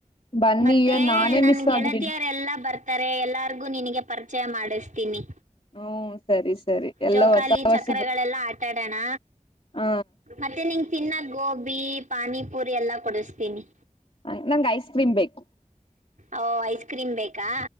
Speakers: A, on the left (about 45°); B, on the right (about 70°).
A: ಬನ್ನಿ
B: ಮತ್ತೆ
A: ಇಯರ್ ನಾನೇ
B: ನನ್
A: ಮಿಸ್
B: ಗೆಳತಿಯರೆಲ್ಲಾ
A: ಆಗಿದ್ದೀನಿ
B: ಬರ್ತಾರೆ ಎಲ್ಲಾರ್ಗು ನಿನಗೆ ಪರಿಚಯ ಮಾಡಿಸ್ತೀನಿ
A: ಹ್ಮ ಸರಿ ಸರಿ ಎಲ್ಲ
B: ಜೋಕಾಲಿ
A: ಹೊಸ
B: ಚಕ್ರಗಳೆಲ್ಲ
A: ಹೊಸ
B: ಆಟಾಡೋಣ
A: ಹ
B: ಮತ್ತೆ ನಿಂಗ ತಿನ್ನಕ ಗೋಬಿ ಪಾನಿಪುರಿ ಎಲ್ಲ ಕೊಡಸ್ತೀನಿ
A: ಹ ನಂಗೆ ಐಸ್ ಕ್ರೀಮ್ ಬೇಕು
B: ಓ ಐಸ್ ಕ್ರೀಮ್ ಬೇಕಾ